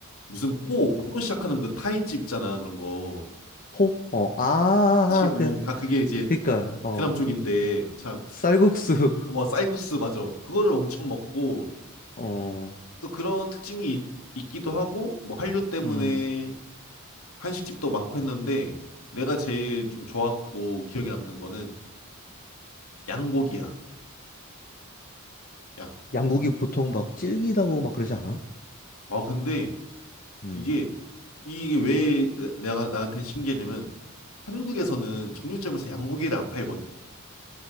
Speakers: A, on the left (about 75°); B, on the left (about 40°).
A: 무슨 포, 포로 시작하는 그 타이집 있잖아. 그런 거.
B: 포? 어, 아,
A: PHO
B: 그,
A: 다 그게 이제
B: 그니까,
A: 베트남
B: 어,
A: 쪽인데 참
B: 쌀국수, <laughs>
A: 와, 쌀국수 맞아. 그거를 엄청 먹고
B: 어,
A: 또 그런 특징이 이- 있기도 하고 뭐 한류 때문에
B: 음,
A: 한식집도 많고 했는데 내가 제일 좀 좋았고 기억에 남는 거는 양고기야. 양.
B: 양고기 보통 막 질기다고 막 그러지 않아?
A: 아, 근데
B: 음,
A: 이게 이게 왜 내가 나한테 신기했냐면 한국에서는 정육점에서 양고기를 안 팔거든.